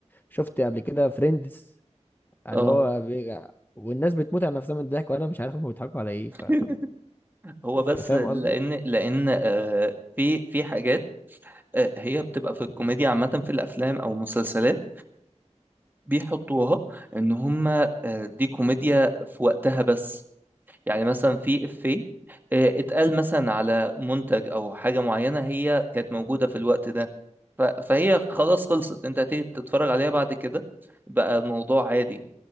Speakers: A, on the left; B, on the right.
A: شفت قبل كده فريندز اللي
B: اه
A: هو بيجع والناس بتموت على نفسها من الضحك وأنا مش عارف هما بيضحكوا على إيه
B: <laughs>
A: ف...
B: هو بس
A: فاهم
B: لان
A: قصدي؟
B: لان آه، في في حاجات آه، هي بتبقى في الكوميديا عامة في الافلام او المسلسلات بيحطوها ان هم آه، دي كوميديا في وقتها بس يعني مثلا في افيه آه، اتقال مثلا على منتج او حاجه معينه هي كانت موجوده في الوقت ده ف- فهي خلاص خلصت انت هتيجي تتفرج عليها بعد كده بقى الموضوع عادي